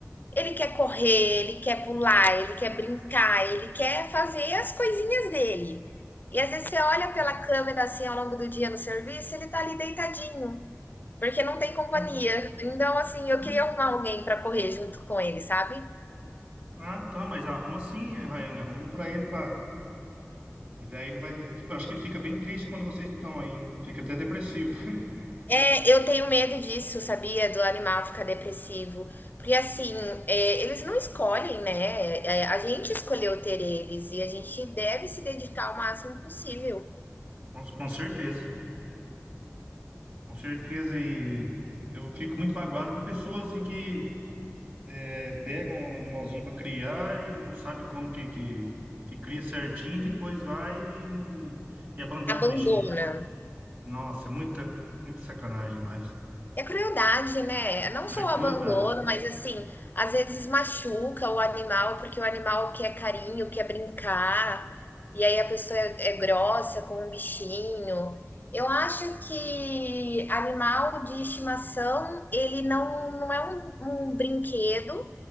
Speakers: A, on the left; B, on the right.
A: ele quer correr, ele quer pular, ele quer brincar, ele quer fazer as coisinhas dele. E às vezes você olha pela câmera assim ao longo do dia no serviço, ele tá ali deitadinho, porque não tem companhia.
B: Nossa.
A: Então, assim, eu
B: tu-
A: queria arrumar alguém para correr junto com ele, sabe?
B: Ah, tá, mas arruma sim, eh, Rayane, arruma pra ele, pra... E daí ele vai... eu Acho que ele fica bem triste quando vocês não estão aí, hein? Fica até depressivo. <laughs>
A: É, eu tenho medo disso, sabia? Do animal ficar depressivo. Porque assim, é, eles não escolhem, né? É, a gente escolheu ter eles e a gente deve se dedicar ao máximo possível.
B: Com, com certeza. Com certeza, e eu fico muito magoado com pessoas assim que... É, pega um animalzinho para criar e não sabe como que, que, que cria certinho, depois vai e, e abandona
A: Abandona.
B: os bichinhos. Nossa, é muita, muita sacanagem demais.
A: É crueldade, né? Não
B: Não
A: só
B: é crueldade.
A: o abandono, mas assim, às vezes machuca o animal, porque o animal quer carinho, quer brincar, e aí a pessoa é, é grossa com o bichinho. Eu acho que animal de estimação, ele não, não é um, um brinquedo,